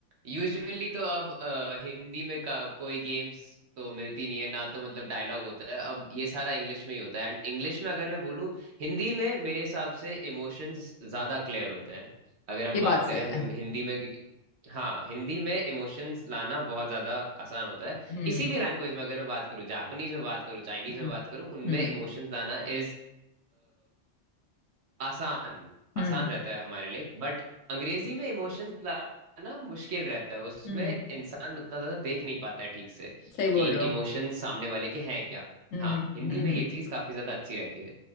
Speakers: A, on the right; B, on the left.
A: यूजुअली तो अब अ, हिंदी में का कोई गेम्स तो मिलती नहीं है ना तो मतलब डायलॉग होता है अब ये सारा इंग्लिश में ही होता है एंड इंग्लिश में अगर मैं बोलूँ हिंदी में मेरे हिसाब से इमोशंस ज्यादा क्लियर होते हैं
B: <laughs>
A: अगर हम
B: ये बात
A: बात करें
B: सही
A: हम
B: है
A: हिंदी में क्योंकि हाँ हिंदी में इमोशंस लाना बहुत ज्यादा आसान होता है
B: हम्म
A: किसी भी लैंग्वेज में अगर मैं बात करूँ जापानीज में बात करूँ चाइनीज
B: हम्म
A: में बात करूँ उनमें
B: हम्म
A: इमोशंस लाना इज आसान
B: हम्म
A: आसान रहता है हमारे लिए बट अंग्रेजी में इमोशंस लाना मुश्किल रहता है उसमें
B: हम्म,
A: इंसान उतना ज्यादा देख नहीं पाता है ठीक से
B: सही बोल
A: कि
B: रहे हो
A: इमोशंस सामने वाले के हैं क्या
B: हम्म
A: हाँ
B: हम्म
A: हिंदी
B: हम्म
A: में
B: हम्म, हम्म।
A: ये चीज काफी ज्यादा अच्छी रहती है